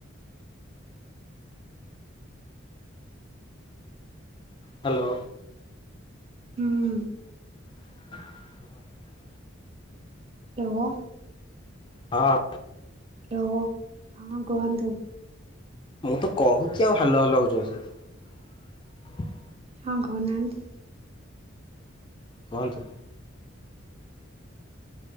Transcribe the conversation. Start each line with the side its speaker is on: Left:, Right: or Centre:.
Left: ହ୍ୟାଲୋ।
Right: ହୁଁ
Left: ହ <inaudible>
Right: ହ୍ୟାଲୋ।
Left: ହଁ।
Right: ହ୍ୟାଲୋ। ହଁ କୁହନ୍ତୁ।
Left: ମୁଁ ତ କହୁଛି ଆଉ ହାଲୋ ହାଲୋ ହଉଛ ବସିକି।
Right: ହଁ କହୁ ନାହାନ୍ତି।
Left: କୁହନ୍ତୁ।